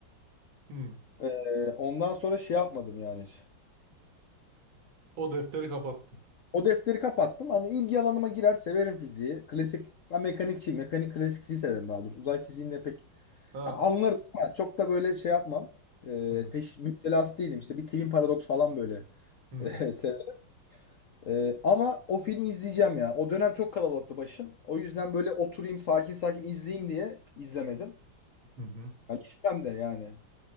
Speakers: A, on the right; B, on the left.
A: Hmm.
B: Ee, ondan sonra şey yapmadım yani. hiç.
A: O defteri kapattım.
B: O defteri kapattım. Hani ilgi alanıma girer, severim fiziği. Klasik ben mekanikçiyim. Mekanik klasik fiziği severim daha doğrusu. Uzay fiziğinde pek
A: Ha.
B: ya anlarım ama çok da böyle şey yapmam. Ee,
A: Hmm.
B: peş müptelası değilim. İşte bir twin paradoks falan böyle
A: Hmm.
B: <laughs> severim. Ee, ama o filmi izleyeceğim ya. O dönem çok kalabalıktı başım. O yüzden böyle oturayım sakin sakin izleyeyim diye izlemedim.
A: Hı hı.
B: Ya listemde yani.